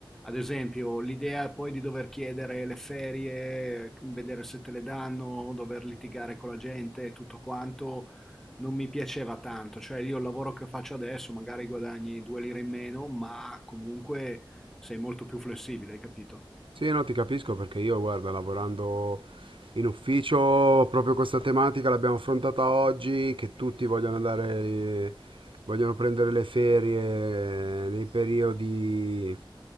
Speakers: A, in the centre; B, on the right.
A: Ad esempio, l'idea poi di dover chiedere le ferie, vedere se te le danno, dover litigare con la gente, tutto quanto, non mi piaceva tanto. Cioè, io il lavoro che faccio adesso, magari guadagni due lire in meno, ma comunque sei molto più flessibile, hai capito?
B: sì, no, ti capisco perché io, guarda, lavorando in ufficio, proprio questa tematica l'abbiamo affrontata oggi, che tutti vogliono andare, vogliono prendere le ferie nei periodi